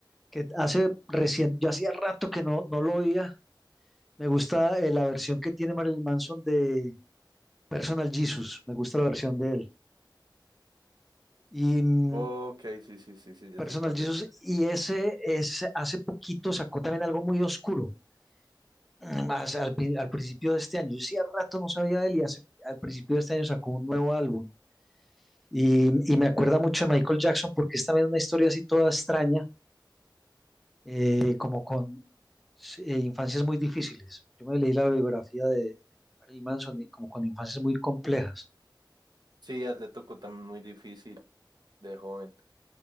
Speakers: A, in the centre; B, on the right.
A: que hace recién, yo hacía rato que no, no lo oía, Me gusta eh, la versión que tiene Marilyn Manson de Personal Jesus. Me gusta la versión de él. Y mm,
B: Ok, sí, sí, sí, sí, ya
A: Personal
B: sé cuál
A: Jesus,
B: es.
A: y ese es, hace poquito sacó también algo muy oscuro. mm, Más al, pri- al principio de este año. Yo sí, al rato no sabía de él y hace, al principio de este año sacó un nuevo álbum. Y, y me acuerda mucho de Michael Jackson porque es también una historia así toda extraña, eh, como con sí, eh, infancias muy difíciles. Yo me leí la biografía de Marilyn Manson y como con infancias muy complejas.
B: Sí, a él le tocó también muy difícil de joven.